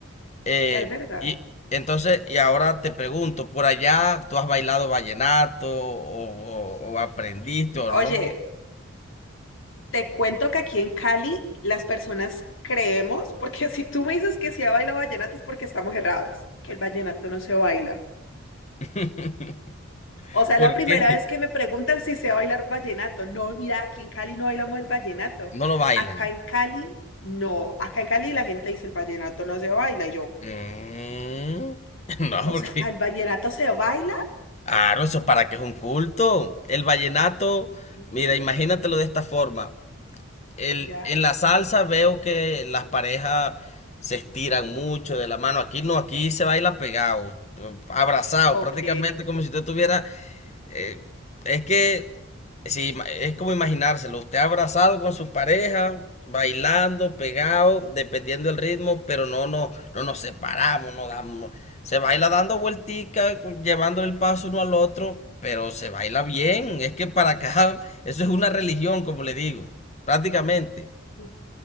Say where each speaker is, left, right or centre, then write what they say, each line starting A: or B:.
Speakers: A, on the left; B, on the left.
A: Eh,
B: es verdad.
A: y entonces, y ahora te pregunto, ¿por allá tú has bailado vallenato o, o- o aprendiste o
B: Oye,
A: no?
B: te cuento que aquí en Cali las personas creemos, porque <laughs> si tú me dices que se baila vallenato es porque estamos errados, que el vallenato no se baila.
A: <laughs>
B: O sea,
A: ¿Por
B: es la primera
A: qué?
B: vez que me preguntan si sé bailar vallenato. No, mira, aquí en Cali no bailamos el vallenato.
A: No lo bailan.
B: Acá en Cali, no. Acá en Cali la gente dice el vallenato no se baila. Y yo,
A: Mm, <laughs> no,
B: o
A: porque,
B: sea, el vallenato se baila.
A: claro, eso para que es un culto. El vallenato, mira,
B: Ey,
A: imagínatelo de esta forma. El,
B: ya,
A: en la salsa veo que las parejas se estiran mucho de la mano. Aquí no, aquí se baila pegado, abrazado,
B: ok.
A: prácticamente como si usted tuviera eh, es que si es como imaginárselo. Usted abrazado con su pareja, bailando, pegado, dependiendo del ritmo, pero no, no, no nos separamos, no damos. Se baila dando vuelticas, llevándole el paso uno al otro, pero se baila bien. Es que para acá, <laughs> eso es una religión, como le digo, prácticamente.
B: Uf,